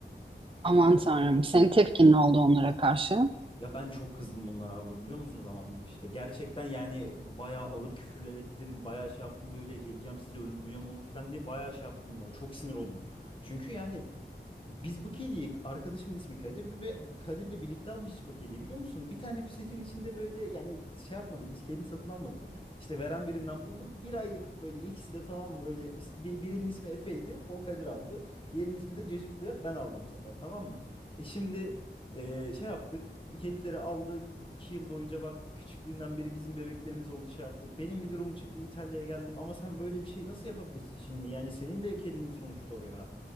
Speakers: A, on the right; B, on the left.
A: Aman tanrım. Senin tepkin ne oldu onlara karşı?
B: Ya ben çok kızdım bunlara abla biliyor musun zamanında işte. Gerçekten yani bayağı ağır küfürler ettim, bayağı şey yaptım böyle geleceğim sizi öldüreceğim oğlum falan diye bayağı şey yaptım bunlara. Çok sinir oldum. Çünkü yani Biz bu kediyi arkadaşımın ismi Kadir'di ve Kadir'le birlikte almıştık o kediyi biliyor musun? Bir tane poşetin içinde böyle yani şey yapmadık biz kedini satın almadık. İşte veren birinden bulduk. Bir aylık böyle ikisi de tamam böyle is- bir- birinin ismi Efe'ydi o Kadir aldı. Diğerinin ismi de Cacık'tı ben aldım bu sefer tamam mı? E şimdi e, şey yaptık kedileri aldık iki yıl boyunca baktık küçüklüğünden beri bizim bebeklerimiz oldu şey yaptık. Benim bir durumum çıktı İtalya'ya geldim ama sen böyle bir şey nasıl yapabilirsin şimdi? Yani senin de kedindi sonuçta o ya.